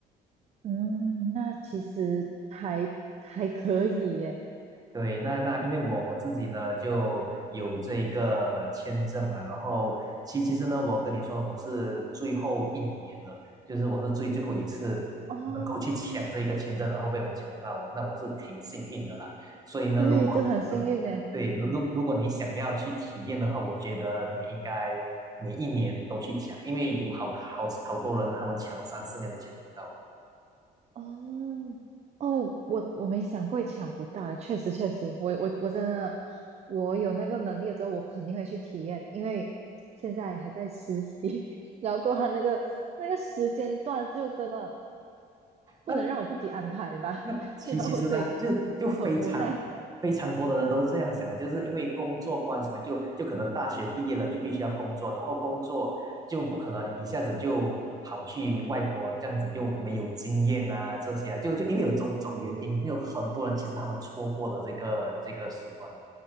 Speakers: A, on the right; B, on the right.
A: 嗯，那其实还还可以耶。
B: 对，那那因为我我自己呢就有这一个签证嘛，
A: 对，
B: 然后其其实呢，我跟你说呢，我是最后一年了，就是我是最最后一次能够去抢这一个签证，
A: 哦，
B: 然后被我抢到哦那我是挺幸运的啦。所以呢，
A: 对，
B: 如果
A: 真的很幸运诶。
B: 对如如如果你想要去体验的话，我觉得你应该每一年都去抢，因为有好好好多人呢他们抢了三四年都抢不到。
A: 哦，哦，我我没想过抢不到诶，确实确实，我我我真的，我有那个能力了之后，我肯定会去体验，因为现在还在实习，<laughs> 然后过后他那个那个时间段就真的不能让我自己安排吧，
B: 那那其其实呢，
A: <laughs> 然后我所以
B: 就是就非常非常多的人都是这样想的，
A: 我很无奈，
B: 就是因为工作关系嘛，就就可能大学毕业了就必须要工作，然后工作就不可能一下子就跑去外国这样子，又没有经验啊这些啊，就就因为有种种原因，
A: 对
B: 有很多人其实他们错过了这个这个时段。